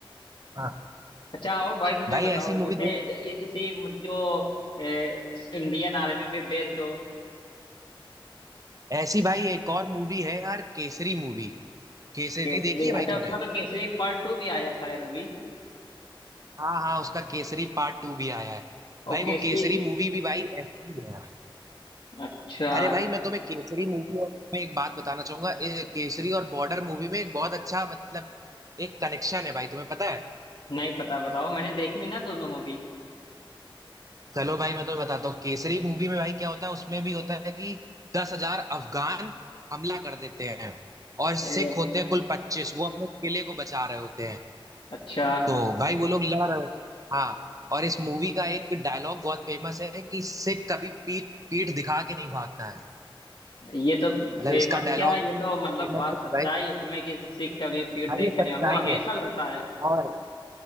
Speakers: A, on the right; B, on the left.
A: हाँ
B: अच्छा और भाई मूवी
A: भाई
B: बताओ
A: ऐसी
B: जैसे
A: मूवी देख
B: इ- इसी जो ए, इंडियन आर्मी पे बेस्ड हो
A: ऐसी भाई एक और मूवी है यार केसरी मूवी केसरी
B: केसरी
A: देखी है भाई
B: अच्छा
A: तुमने
B: उसका तो केसरी पार्ट टू भी आया शायद अभी
A: हाँ हाँ उसका केसरी पार्ट टू भी आया है
B: और
A: भाई वो
B: केसरी
A: केसरी मूवी भी भाई ऐसी ही है
B: अच्छा
A: अरे भाई मैं तुम्हें केसरी मूवी और उसमें एक बात बताना चाहूंगा ए, केसरी और बॉर्डर मूवी में एक बहुत अच्छा मतलब एक कनेक्शन है भाई तुम्हें पता है
B: नहीं पता बताओ मैंने देखी नहीं ना दोनों मूवी
A: चलो भाई मैं तुम्हें बताता हूँ केसरी मूवी में भाई क्या होता है उसमें भी होता है कि दस हजार अफगान हमला कर देते हैं और
B: ए,
A: सिख होते हैं कुल पच्चीस वो अपने किले को बचा रहे होते हैं
B: अच्छा
A: तो भाई वो लोग लड़ रहे हो हाँ और इस मूवी का एक डायलॉग बहुत फेमस है कि सिख कभी पीठ पीठ दिखा के नहीं भागता है
B: ये तो
A: मतलब
B: फेमस
A: इसका डायलॉग
B: क्या है ये
A: फेमस
B: तो मतलब बात
A: है
B: सच्चा
A: कि भाई
B: है इसमें कि सिख कभी पीठ
A: भाई
B: देख
A: ये
B: कर
A: सच्चाई
B: नहीं वो हमेशा
A: है
B: लड़ता है
A: और